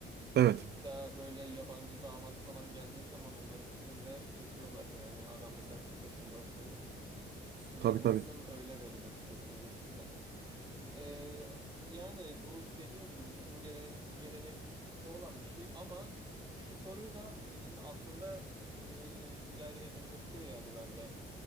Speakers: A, on the right (about 55°); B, on the right (about 20°).
A: Evet,
B: Daha böyle yabancı damat falan geldiği zaman onlarınkini bile kesiyorlar yani. Adam mesela 40 yaşında atıyorum. İşte sünnet
A: tabii
B: olsun
A: tabii.
B: öyle veririm kızımı gibisinden. Ee, yani bu dediğim gibi bu bizim geleneğim, geleneğimizin içinde olan bir şey ama şu soruyu da e, şimdi aklımda e, yer edindirtiyor yani bende.